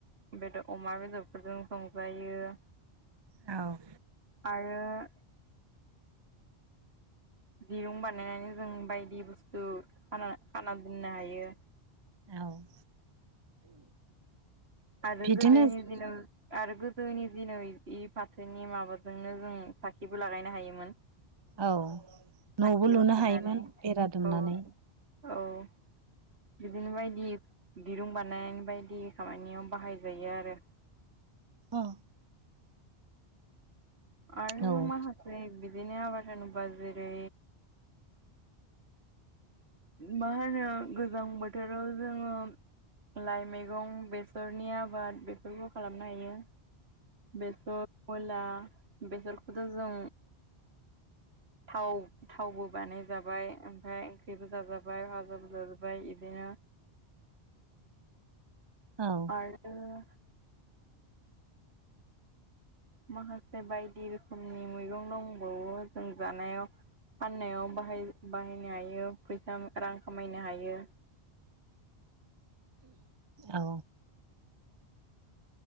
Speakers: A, on the right (about 70°); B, on the right (about 30°).
A: बेदर अमा बेदरफोरजों संजायो
B: औ
A: आरो दिरुं बानायनानै जों बायदि बुस्थु खाना खाना दोननो हायो
B: औ
A: आरो
B: बिदिनो
A: गोदोनि दिनाव आरो गोदोनि दिनाव इदि फाथोनि माबाजोंनो जों साखिबो लागायनो हायोमोन
B: औ न'बो
A: साखियाव
B: लुनो
A: सोनानै
B: हायोमोन बेरा दुमनानै
A: औ औ बिदिनो बायदि दिरुं बानायनाय बायदि खामानियाव बाहायजायो आरो
B: औ
A: आरो
B: औ
A: माखासे बिदिनो आबाद होनोब्ला जेरै मा होनो गोजां बोथोराव जोङो लाइ मैगं बेसरनि आबाद बेफोरखौ खालामनो हायो बेसर मुला बेसरखौबोथ जों थाव थावबो बानायजाबाय ओमफ्राय ओंख्रिबो जाजाबाय भाजाबो जाजाबाय बिदिनो
B: औ
A: आरो माखासे बायदि रोखोमनि मैगं दंबावो जों जानायाव फाननायावहाय बाहायनो हायो फैसा रां खामायनो हायो
B: औ